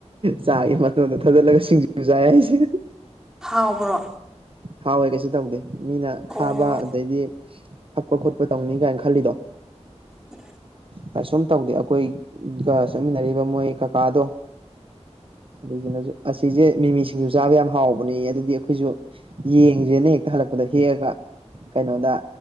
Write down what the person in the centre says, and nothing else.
ꯍꯥꯎꯕ꯭ꯔꯣ
ꯑꯣ
ꯎ